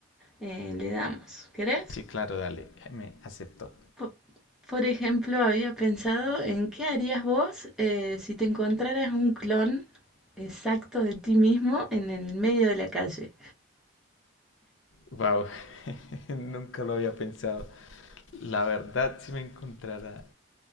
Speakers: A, in the centre; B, on the left.
A: eh, le damos. ¿Querés?
B: Sí, claro, dale, me aceptó.
A: Po- Por ejemplo, había pensado en qué harías vos eh, si te encontraras un clon exacto de ti mismo en el medio de la calle.
B: Wow, <laughs> nunca lo había pensado. La verdad, si me encontrara